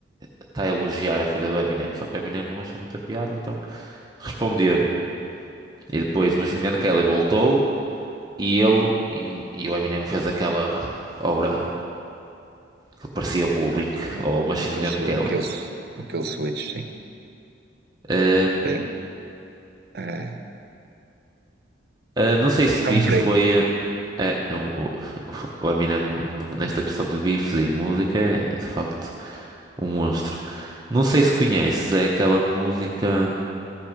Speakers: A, on the right; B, on the right.
A: está a elogiar a filha do Eminem, só que o Eminem não achou muita piada, então respondeu-lhe. E depois o Machine Gun Kelly voltou e ele e, e o Eminem fez aquela obra que parecia bullying
B: É,
A: ou Machine
B: é, aquele,
A: Gun
B: su-
A: Kelly.
B: aquele, su- aquele switch, sim.
A: Ahm,
B: Sim, é,
A: ah, não sei se viste,
B: é um perigo.
A: foi ah, ah, o, o Eminem no- no- nesta questão de bifes e música é é de facto um monstro. Não sei se conheces, é aquela música.